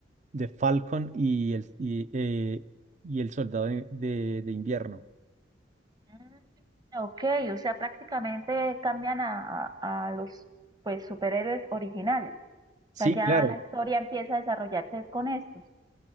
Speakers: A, on the right (about 40°); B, on the right (about 20°).
A: de Falcon y el, y, eh, y el Soldado de, de- de Invierno.
B: mm. Ok, o sea, prácticamente cambian a, a- a los pues superhéroes originales.
A: Sí,
B: O sea, ya
A: claro,
B: la historia empieza a desarrollarse con estos.